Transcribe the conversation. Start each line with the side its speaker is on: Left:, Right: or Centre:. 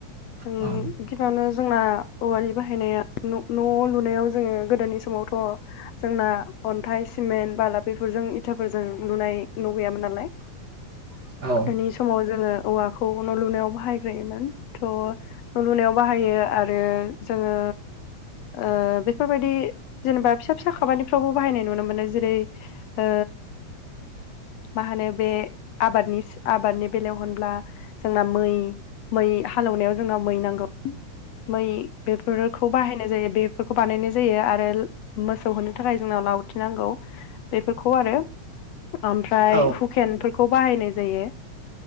Left: ओम
Right: औ
Left: गिबियावनो जोंना औवानि बाहायनाया न' न' लुनायाव जोङो गोदोनि समावथ' जोंना अन्थाइ सिमेन्ट बाला बेफोरजों इथाफोरजों लुनाय न' गैयामोन नालाय।
Right: <inaudible> औ
Left: गोदोनि समाव जोङो औवाखौ न' लुनायाव बाहायग्रायोमोन थ' न'लुनायाव बाहायो आरो जोङो ओ बेफोरबायदि जेनेबा फिसा फिसा खामानिफ्रावबो बाहायनाय नुनो मोनो जेरै ओ मा होनो बे आबादनि आबादनि बेलायाव होनब्ला जोंना मै मै हालौवनायाव जोंना मै नांगौ मै बेफोर खौ बाहायनाय जायो बेफोरखौ बानायनाय जायो आरो मोसौ होनो थाखाय जोंनाव लावथिनांगौ। बेफोरखौ आरो ओमफ्राय
Right: औ
Left: हुकेनफोरखौ बाहायनाय जायो।